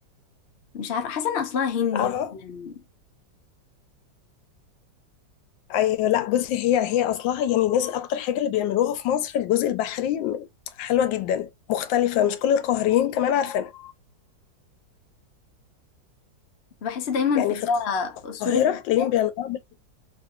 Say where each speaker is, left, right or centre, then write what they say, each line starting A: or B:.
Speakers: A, on the left; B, on the left.
A: مش عارفة حاسة ان اصلها هندي
B: اهو
A: مثلاً.
B: ايوه لا بصي هي هي اصلها يعني الناس اكتر حاجه اللي بيعملوها في مصر الجزء البحري م- حلوه جدا مختلفه مش كل القاهريين كمان عارفينها
A: بحس دايما
B: يعني
A: في اللي
B: في
A: هي
B: القاهره
A: اصول الاكلات
B: هتلاقيهم بيعملوها بال-